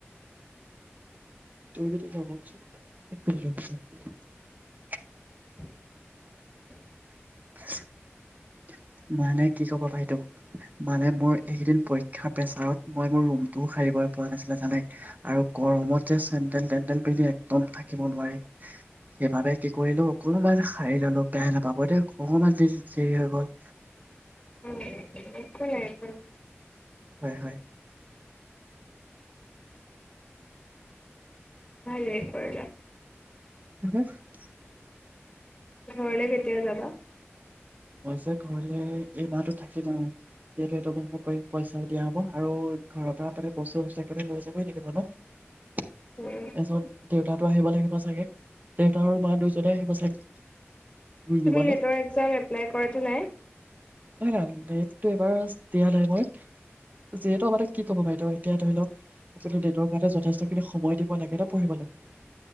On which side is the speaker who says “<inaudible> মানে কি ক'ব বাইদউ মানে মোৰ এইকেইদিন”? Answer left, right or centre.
Right